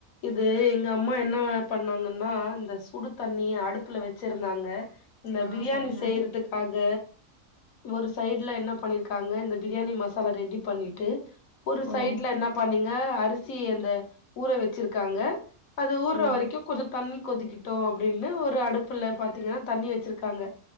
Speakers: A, on the left (about 80°); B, on the left (about 45°).
A: இது எங்க அம்மா என்ன பண்ணாங்கன்னா இந்த சுடு தண்ணி அடுப்புல வெச்சிருந்தாங்க இந்த
B: ஆ
A: பிரியாணி
B: சரிங்க
A: செய்றதுக் காக ஒரு சைட்ல என்ன பண்ணிருக்காங்க இந்த பிரியாணி மசாலா ரெடி பண்ணிட் டு ஒரு
B: ஓ
A: சைட்ல என்ன பண்ணீங்க அரிசி அந்த ஊற வெச்சிருக்காங்க அது ஊர்ற
B: ஓ
A: வரைக்கு கொஞ்ச தண்ணி கொதிக்கட்டு அப்டின்னு ஒரு அடுப்புல பாத்தீங்கனா தண்ணி வச்சிருக்காங்க